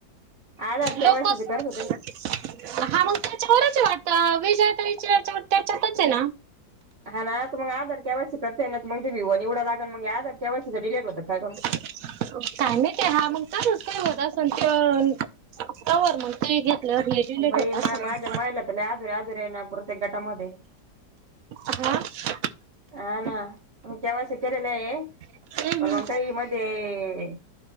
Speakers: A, on the right (about 40°); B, on the right (about 65°).
A: आधार के
B: लोकच
A: वायसीच करत होते न
B: हा मग त्याच्यावरच आहे वाटत विजया ताई याच्यावर त्याच्यातच आहे ना
A: हा ना त म आधार केयसी करतेय ना मग ते व निवडायला लागल मग आधार केवायसी डिलेट होतं काय जनु
B: काय माहिती हा म्हणता नच काही होत असल तर तवर मग ते घेतल्यावर हे डिलेट
A: बाई
B: होत
A: माय
B: असेल
A: माझ्या महिला तर लई अधूर्‍या, अधूर्‍या आहे ना प्रतेक गटामध्ये
B: हा
A: हा ना तुमच्या वर्षी केलेलय
B: हम्म
A: पण
B: हम्म
A: मंग काही मध्ये.